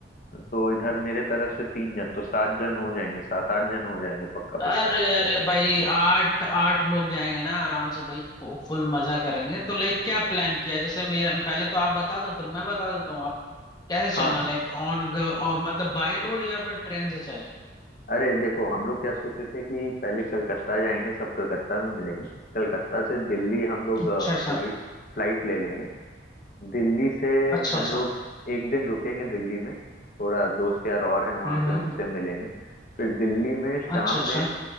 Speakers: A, on the left; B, on the left.
A: तो इधर मेरे तरफ से तीन जन तो सात जन हो जाएंगे सात आठ जन हो जाएंगे पक्का पक्का
B: अरे अरे भाई आठ आठ लोग जाएंगे ना आराम से भाई फुल मजा करेंगे तो लाइक क्या प्लान किया जैसे मेरा पहले तो आप बता दो फिर मैं बता देता हूँ आप कैसे
A: हाँ
B: चलना लाइक ऑन और मतलब बाय रोड या फिर ट्रेन से चलें
A: अरे देखो हम लोग क्या सोचे थे कि पहले कलकत्ता जाएंगे सब कलकत्ता में मिलेंगे कलकत्ता से दिल्ली हम लोग
B: अच्छा अच्छा
A: फ्लाइट फ्लाइट ले लेंगे दिल्ली से
B: अच्छा
A: हम
B: अच्छा
A: लोग एक दिन रुकेंगे दिल्ली में थोड़ा दोस्त यार और हैं वहाँ
B: हम्म
A: पे
B: हम्म,
A: उनसे
B: हम्म।
A: मिलेंगे फिर दिल्ली में शाम
B: अच्छा अच्छा
A: में